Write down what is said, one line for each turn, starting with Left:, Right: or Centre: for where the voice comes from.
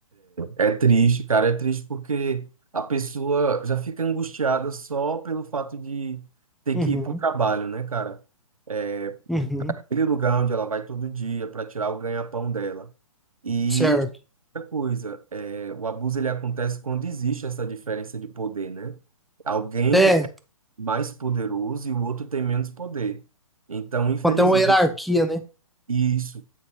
Right: É, é triste, cara, é triste porque a pessoa já fica angustiada só pelo fato de ter
Centre: Uhum,
Right: que ir para o trabalho, né, cara? É,
Centre: uhum,
Right: aquele lugar onde ela vai todo dia para tirar o ganha-pão dela. E
Centre: certo.
Right: outra coisa, é, o abuso ele acontece quando existe essa diferença de poder, né? Alguém
Centre: É,
Right: é mais poderoso e o outro tem menos poder. Então, infelizmente,
Centre: quando tem uma hierarquia, né?
Right: isso.